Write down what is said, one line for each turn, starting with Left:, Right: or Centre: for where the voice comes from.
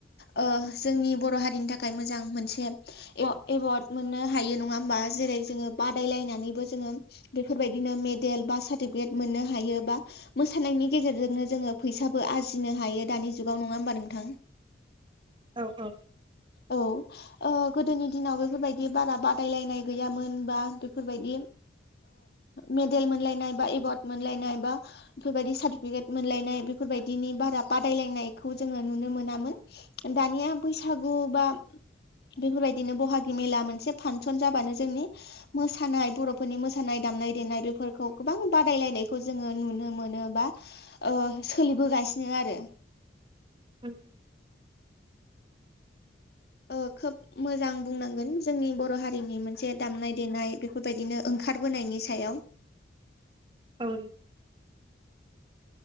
Left: जोंनि बर' हारिनि थाखाय मोजां मोनसे एवार्ड मोननो हायो नङा होमबा जेरै जोङो बादायलायनानैबो जोङो बेफोरबायदिनो मेडेल बा सार्टिफिकेट मोननो हायो बा मोसानायनि गेजेरजोंनो जोङो फैसाबो आरजिनो हायो दानि जुगाव नङा होमबा नोंथां
Right: औ औ
Left: औ गोदोनि दिनाव बेफोरबायदि बारा बादायलायनाय गैयामोन बा बेफोरबायदि मेडेल मोनलायनाय बा एवार्ड मोनलायनाय बा बेफोरबायदि सार्टिफिकेट मोनलायनाय बेफोरबायदिनि बारा बादायलायनायखौ जोङो नुनो मोनामोन दानिया बैसागु बा बेफोरबायदिनो बहागि मेला मोनसे फांसन जाबानो जोंनि मोसानाय बर'फोरनि मोसानाय दामनाय देनाय बेफोरखौ गोबां बादायलायनायखौ जोङो नुनो मोनो बा सोलिबोगासिनो आरो
Right: उ <inaudible>
Left: अ खोब मोजां बुंनांगोन जोंनि बर' हारिनि मोनसे दामनाय देनाय बेफोरबायदिनो ओंखारबोनायनि सायाव
Right: औ